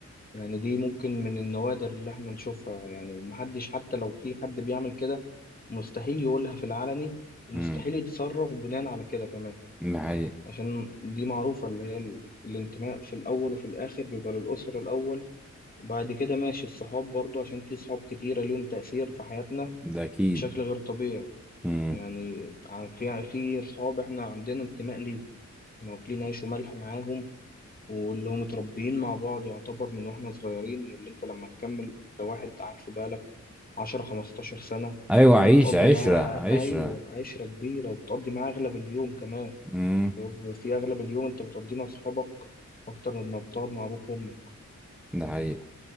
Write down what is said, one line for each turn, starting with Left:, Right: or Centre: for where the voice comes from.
Left: يعني دي ممكن من النوادر اللي إحنا نشوفها يعني ومحدش حتى لو في حد بيعمل كده مستحيل يقولها في العلني ومستحيل
Centre: امم
Left: يتصرف بناء على كده كمان
Centre: ده حقيقي.
Left: عشان دي معروفة اللي هي ال- الانتماء في الأول وفي الآخر بيبقى للأسرة الأول وبعد كده ماشي الصحاب برضو عشان في صحاب كتيرة ليهم تأثير في حياتنا
Centre: ده اكيد
Left: بشكل غير طبيعي
Centre: امم
Left: يعني ع- في في أصحاب إحنا عندنا انتماء ليهم إحنا واكلين عيش وملح معاهم واللي هم متربيين مع بعض يعتبر من وإحنا صغيرين واللي أنت لما تكمل أنت واحد عارفه بقالك عشرة خمستاشر سنة
Centre: ايوه عيش
Left: بتقضي
Centre: عشرة
Left: معاه
Centre: عشرة
Left: أيوة عشرة كبيرة وبتقضي معاه أغلب اليوم كمان
Centre: امم
Left: اللي هو في أغلب اليوم أنت بتقضيه مع أصحابك أكتر مما بتقعد مع أبوك وأمك.
Centre: ده حقيقي